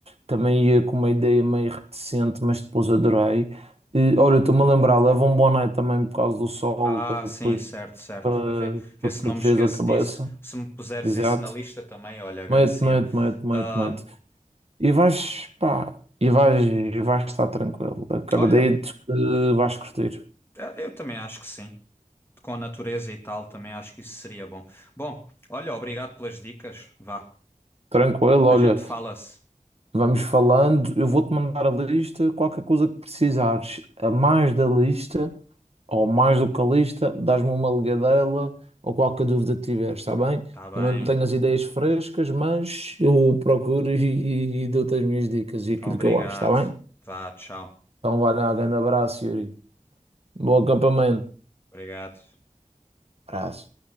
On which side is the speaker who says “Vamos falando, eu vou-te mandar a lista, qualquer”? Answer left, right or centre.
Right